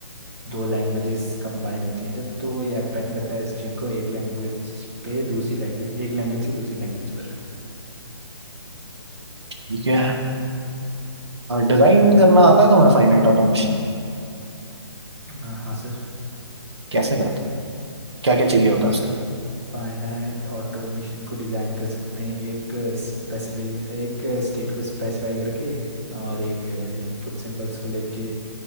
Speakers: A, on the right; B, on the right.
A: दो लैंग्वेजेस कंबाइन होती हैं जब तो ये अपेंड करता है स्ट्रिंग को एक लैंग्वेज पे दूसरी लैंग्वेज एक लैंग्वेज से दूसरी लैंग्वेज पर
B: ठीक है डिजाइन करना आता है तुम्हें फाइनाइट ऑटोमेशन
A: अ, हाँ सर
B: कैसे करते हैं क्या क्या चाहिए होता है
A: सर
B: उसके लिए
A: हम फाइनाइट ऑटोमेशन को डिज़ाइन कर सकते हैं एक स्पेसिफिक एक स्टेट को स्पेसिफाई करके और एक इनपुट सिंबल्स को लेके